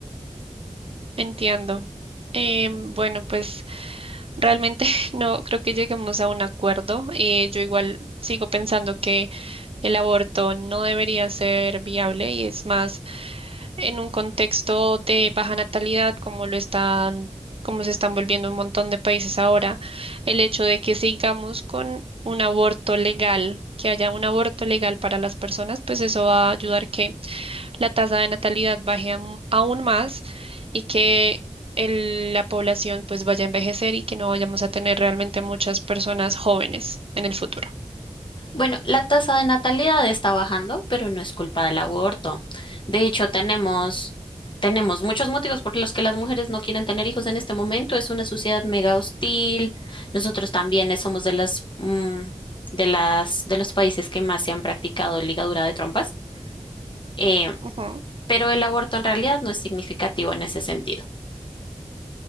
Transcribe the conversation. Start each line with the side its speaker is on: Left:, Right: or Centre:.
Right: Entiendo. Em, bueno, pues Realmente <laughs> no creo que lleguemos a un acuerdo. Eh, yo igual sigo pensando que el aborto no debería ser viable y es más en un contexto de baja natalidad como lo están, como se están volviendo un montón de países ahora, el hecho de que sigamos con un aborto legal, que haya un aborto legal para las personas, pues eso va a ayudar que la tasa de natalidad baje am- aún más y que el- la población pues vaya a envejecer y que no vayamos a tener realmente muchas personas jóvenes en el futuro.
Left: Bueno, la tasa de natalidad está bajando, pero no es culpa del aborto. De hecho, tenemos, tenemos muchos motivos por los que las mujeres no quieren tener hijos en este momento. Es una sociedad mega hostil. Nosotros también somos de las, mm, de las, de los países que más se han practicado ligadura de trompas. Eh,
Right: Ujú.
Left: pero el aborto en realidad no es significativo en ese sentido.